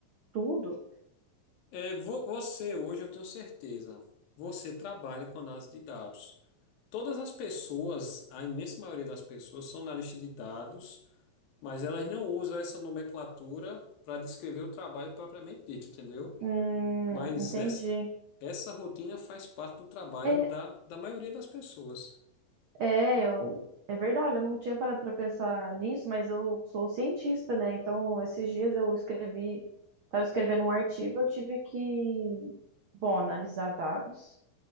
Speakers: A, on the right (about 80°); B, on the left (about 75°).
A: tudo.
B: É, vo- você, hoje eu tenho certeza, você trabalha com análise de dados. Todas as pessoas, a imensa maioria das pessoas, são analistas de dados, mas elas não usam essa nomenclatura para descrever o trabalho propriamente dito, entendeu?
A: Hum,
B: Mas
A: entendi.
B: essa, essa rotina faz parte do trabalho
A: É,
B: da, da maioria das pessoas.
A: é, eu- é verdade, eu não tinha parado para pensar nisso, mas eu sou cientista, né? Então, esses dias eu escrevi, estava escrevendo um artigo, eu tive que, bom, analisar dados